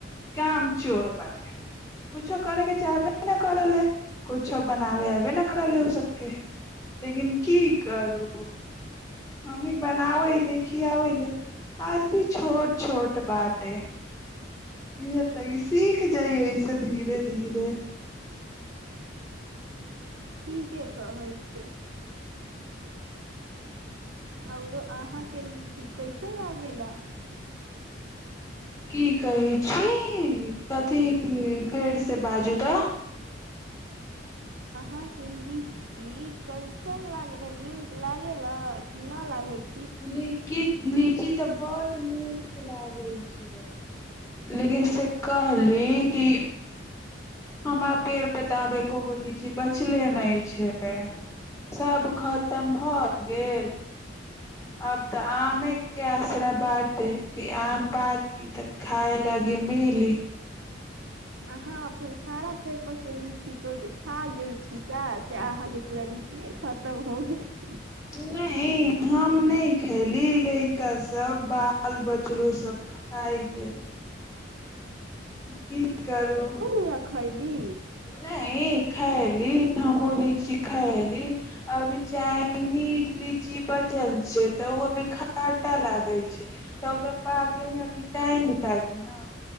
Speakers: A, on the left; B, on the right.
A: काम चोर बाटे कुछो करैके चाहबे अबे कर ले कुछो बनाबे अबे न करले उ सबके लेकिन की करू हम्ही बनाबै ले खियाबै ले आज भी छोट छोट बाते इह त इ सीख जेयै एहिसे धीरे धीरे <unintelligible>
B: के कहै छैय औरो अहाँके लीची कैसे लागे ला
A: की कहै छी कथी फेर से बाजू तऽ।
B: <unintelligible>
A: <unintelligible> लीची त बड्ड नीक लागै छै लेकिन से कहली की हमरा पेड़ पे त आ एको गो लीची बचले नै छै। सब खतम भ गेल। अब त आमे के आसरा बाटे की आम पाकी त खाइ लगी मिली
B: अहाँ अपन सारा पेपर के लीची तोड़ के खा <unintelligible> खतम हो गैल
A: नहि हम नहि खैली लइका सब बाल बछरो सब खा गेल की करू
B: किया खैली
A: नहि खैली हमहूँ लीची खैली अभी चाइनीज लीची बचल छै तऽ ओ अभी खाटा लागै छै तऽ ओकरा पाके मे अभी टाइम लागी न